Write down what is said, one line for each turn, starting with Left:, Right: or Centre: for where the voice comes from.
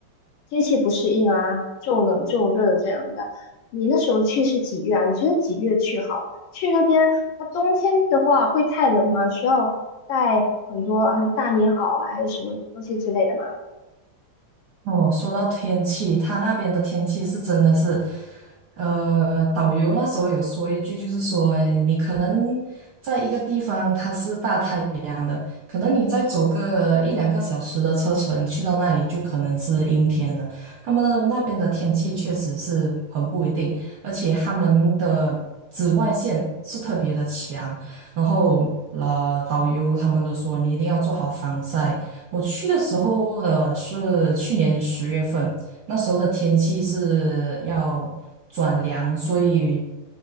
Left: 天气不适应啊，骤冷骤热这样的。你那时候去是几月啊？你觉得几月去好？去那边，它冬天的话会太冷吗？需要带很多啊大棉袄啊，还是什么东西之类的吗？
Right: 哦，说到天气，他那边的天气是真的是，呃，导游那时候有说一句，就是说，诶你可能在一个地方它是大太阳的，可能你再走个一两个小时的车程去到那里，就可能是阴天的。他们那那边的天气确实是很不一定，而且他们的紫外线是特别的强，然后呃，导游他们都说你一定要做好防晒。我去的时候呢是去年十月份，那时候的天气是要转凉，所以